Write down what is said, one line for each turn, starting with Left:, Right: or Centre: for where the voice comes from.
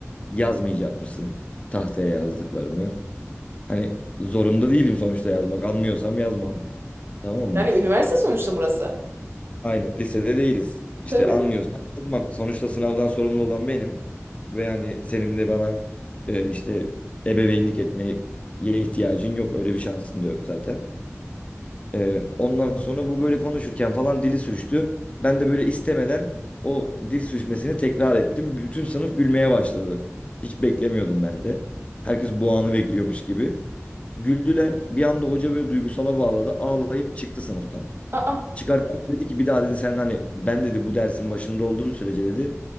Left: yazmayacak mısın tahtaya yazdıklarımı? Hani zorunda değilim sonuçta yazmak anlıyorsam yazmam tamam mı?
Right: Yani üniversite sonuçta burası.
Left: Aynen lisede değiliz.
Right: Tabii.
Left: İşte anlıyorsan kızmam. Sonuçta sınavdan sorumlu olan benim. Ve hani senin de bana e, işte ebeveynlik etmeye ihtiyacın yok. Öyle bir şansın da yok zaten. E, ondan sonra bu böyle konuşurken falan dili sürçtü. Ben de böyle istemeden o dil sürçmesini tekrar ettim. Bütün sınıf gülmeye başladı. Hiç beklemiyordum ben de. Herkes bu anı bekliyormuş gibi. Güldüler. Bir anda hoca böyle duygusala bağladı. Ağlayıp çıktı sınıftan.
Right: Aa.
Left: Çıkarken dedi ki bir daha dedi sen hani ben dedi bu dersin başında olduğun sürece dedi